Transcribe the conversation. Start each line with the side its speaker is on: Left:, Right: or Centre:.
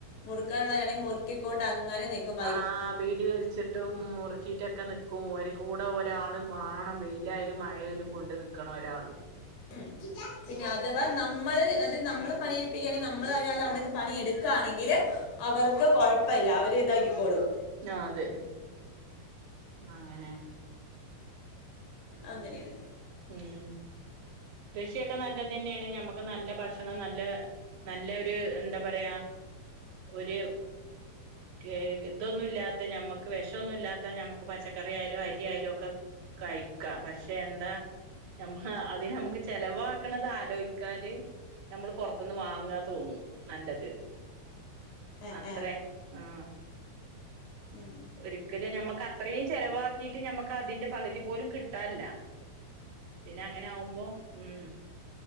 Left: മുറുക്കാനുള്ളരാണെയ് മുറുക്കിക്കോണ്ടങ്ങനെ നിക്കും
Right: ആ ബീടി വലിച്ചിട്ടും, മുറുക്കീട്ടൊക്കെ നിക്കും, ഒരു കൂടെ ഒരാള് മാണം വെയ് ലായാലും മഴയായാലും കൊണ്ട് നിൽക്കണം ഒരാള്
Left: ഉം പിന്നെ അഥവാ നമ്മള് അത് നമ്മള് പണിയിരിപ്പിക്കാണേ നമ്മൾ ഒരാള് അവിടെന്ന് പണിയെട് ക്കാണെങ്കില് അവർക്ക് കൊഴപ്പമല്ല അവര് ഇതാക്കിക്കോളും
Right: ആ അതെ ആ അങ്ങനേ
Left: അങ്ങനേണ്
Right: ഉം കൃഷിയൊക്കെ നല്ലതന്നേണ് നമുക്ക് നല്ല ഭക്ഷണം നല്ല നല്ലൊര്, എന്താ പറയാ ഒര്, ഏ ഇതൊന്നുല്ലാത്തെ ഞമ്മക്ക് വെഷോന്നുല്ലാത്തെ ഞമ്മക്ക് പച്ചക്കറിയായാലും അരിയായാലും ഒക്കെ കഴിക്കാ, പഷേ എന്താ ഞമ്മ അതിനമ്മ ചെലവാക്കണത് ആലോയിക്കാല് ഞമ്മള് പൊറത്തുന്ന് വാങ്ങാ തോന്നു നല്ലത്
Left: ഏ
Right: അത്രേ
Left: ഏ
Right: ആ
Left: ഉം,
Right: ഒരിക്കലു ഞമ്മക്ക് അത്രീം ചെലവാക്കീറ്റ് ഞമ്മക്ക് അതിന്റെ പകുതി പോലും കിട്ടാല്ലാ പിന്നങ്ങനാഉമ്പോ ഉം